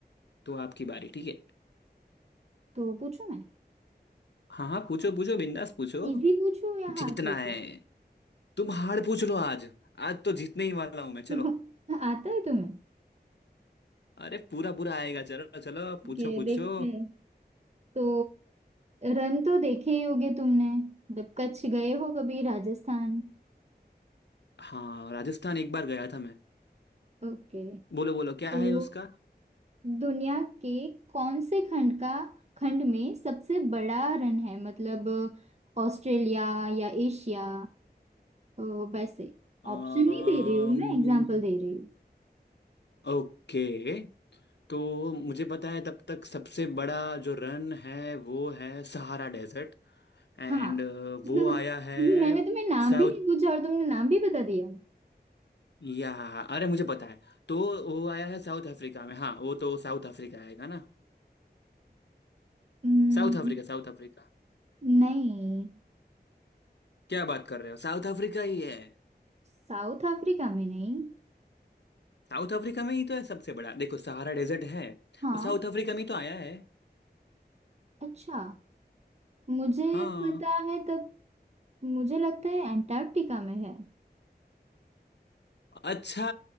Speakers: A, on the left (about 85°); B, on the right (about 40°).
A: तो आपकी बारी ठीक है
B: तो पूछूं मैं
A: हाँ हाँ पूछो पूछो बिंदास पूछो
B: इजी पूछूं या
A: जीतना
B: हार्ड पूछूं
A: है तुम हार पूछ लो आज आज तो जीतने ही वाला हूं मैं चलो
B: तो आता है तुम्हें
A: अरे पूरा पूरा आएगा चलो चलो पूछो
B: कि
A: पूछो
B: देखते हैं तो रन तो देखे ही होगे तुमने जब कच्छ गए हो कभी राजस्थान
A: हाँ राजस्थान एक बार गया था मैं
B: ओके
A: बोलो बोलो क्या
B: तो
A: है उसका
B: दुनिया के कौन से खंड का खंड में सबसे बड़ा रन है मतलब ऑस्ट्रेलिया या एशिया अ, वैसे
A: अम्म,
B: ऑप्शन नहीं दे रही हूँ मैं एग्जांपल दे रही हूँ
A: ओके तो मुझे पता है तब तक सबसे बड़ा जो रन है वो है सहारा डेजर्ट एंड
B: हाँ <laughs>
A: वो आया है
B: मैंने तुम्हें नाम
A: साउथ
B: भी नहीं पूछा और तुमने नाम भी बता दिया
A: या अरे मुझे पता है तो वो आया है साउथ अफ्रीका में हाँ वो तो साउथ अफ्रीका आएगा ना
B: हम्म,
A: साउथ अफ्रीका साउथ अफ्रीका
B: नहीं
A: क्या बात कर रहे हो साउथ अफ्रीका ही है
B: साउथ अफ्रीका में नहीं
A: साउथ अफ्रीका में ही तो है सबसे बड़ा देखो सहारा डेजर्ट है
B: हाँ
A: वो साउथ अफ्रीका में ही तो आया है
B: अच्छा मुझे
A: हाँ
B: पता है तब मुझे लगता है एंटार्क्टिका में है
A: अच्छा